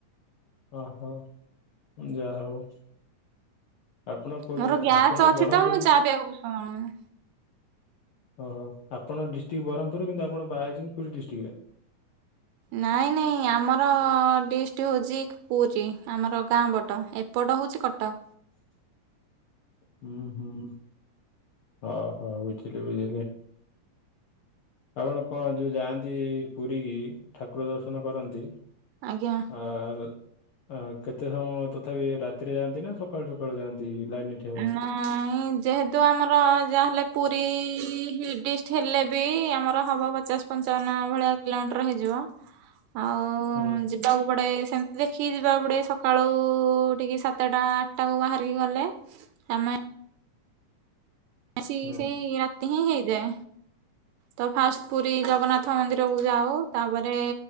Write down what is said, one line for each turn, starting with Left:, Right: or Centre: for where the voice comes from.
Left: ଅ ହ ଯା ହଉ। ଆପଣ କୋଉଠି
Right: ମୋର ଗ୍ୟାସ୍
Left: ଆପଣ
Right: ଅଛି
Left: ବରହ୍ମପୁରରୁ?
Right: ତ ମୁଁ ଚା ପିଇବାକୁ ପସନ୍ଦ କରୁନି।
Left: ଓହୋ ଆପଣ ଡିଷ୍ଟ୍ରିକ୍ଟ ବ୍ରହ୍ମପୁର କିନ୍ତୁ ଆପଣ ବାହାଇଛନ୍ତି ପୁରୀ ଡିଷ୍ଟ୍ରିକ୍ଟରେ।
Right: ନାଇଁ ନାଇଁ ଆମର ଡିଷ୍ଟୀ ହଉଛି ପୁରୀ ଆମର ଗାଁ ବଟ ଏପ ଟ ହଉଛି କଟକ।
Left: <inaudible> ଉ ହୁଁ ଅ ହ ବୁଝିଲି ବୁଝିଲି। ଆପଣ କଣ ଯୋଉ ଯାଆନ୍ତି ପୁରୀ ଠାକୁର ଦର୍ଶନ କରନ୍ତି?
Right: ଆଜ୍ଞା
Left: ଆ ଲ ଆ କେତେ ସମୟ ତଥାପି ରାତିରେ ଯାଆନ୍ତି ନା ସକାଳୁ ସକାଳୁ ଯାଆନ୍ତି? ଲାଇନରେ ଠିଆ ହୁଅନ୍ତି?
Right: ନାଇଁ ଯେହେତୁ ଆମର ଯାହାହେଲେ ପୁରୀ ଇ ଡିଷ୍ଟି ହେଲେ ବି ଆମର ହବ ପଚାଶ ପଞ୍ଚାବନ ଭଳିଆ କିଲୋମିଟର ହେଇଯିବ। ଆଉ
Left: ହୁଁ
Right: ଯିବାକୁ ପଡ଼େ ସେମିତି ଦେଖିକି ଯିବାକୁ ପଡ଼େ ସକାଳୁ ଟିକେ ସାତଟା ଆଠଟାକୁ ବାହାରିକି ଗଲେ। ଆମେ ଆସିକି
Left: ହୁଁ
Right: ସେଇ ରାତି ହିଁ ହେଇଯାଏ ତ ଫାଷ୍ଟ ପୁରୀ ଜଗନ୍ନାଥ ମନ୍ଦିର ଯୋଉ ଯାଉ ତାପରେ